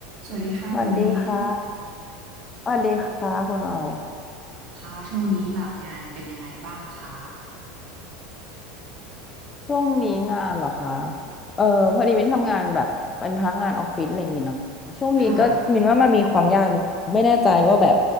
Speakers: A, on the right; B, on the left.
A: สวัสดีค่ะคุณมิ้น
B: สวัสดีค่ะสวัสดีค่ะคุณออย
A: ค่ะช่วงนี้แบบงานเป็นยังไงบ้างคะ
B: ช่วงนี้งานเหรอคะเออพอดีมินทำงานแบบเป็นพนักงานออฟฟิศอะไรอย่างงี้เนาะช่วงนี้ก็มินว่ามันมีความยากอยู่ไม่แน่ใจว่าแบบ
A: ค่ะ